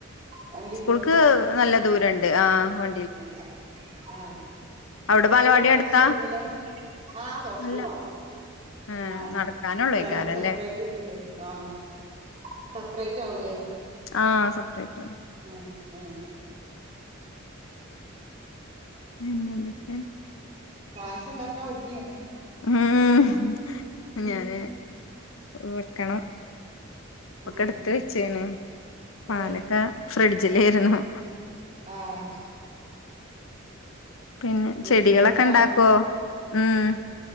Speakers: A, on the right; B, on the left.
A: വണ്ടി
B: സ്കൂൾക്ക് നല്ല ദൂരണ്ട് ആഹ്‌ വ
A: ഉം ആഹ്‌
B: അവിടെ
A: സ്കൂള്
B: ബാലവാടി
A: മദ്രസ
B: അടുത്താ
A: ഒന്നിലാ ആഹ്‌ കൊറച്ച്
B: അല്ല
A: പോണം
B: ഏഹ്
A: ആഹ്‌
B: നടക്കാനൊള്ളേക്കാരല്ലേ
A: വേറെ സെപ്പറേറ്റ് ഏക്കൂലേ ആഹ്‌ സെപ്പറേറ്റ് ആവുംലേ
B: ആഹ്‌ സെപ്പറേറ്റാ
A: ആഹ്‌ ഏഹ്
B: പിന്നെന്തൊക്കെ
A: പാസണ്ടാക്കാനൊരിങ്ങിയോ
B: ഉം
A: ഉം
B: ഞാന് വെക്കണം
A: ഉം
B: ഒക്കെ ഇട്ത്ത് വെച്ക്ണ് പാലക്കെ
A: ഏ
B: ഫ്രിഡ്ജിലേര്ന്നു
A: ആഹ്‌
B: പിന്നെ
A: വരുമ്പോത്തിന്
B: ചെടികളൊക്കെണ്ടാക്കോ ഉം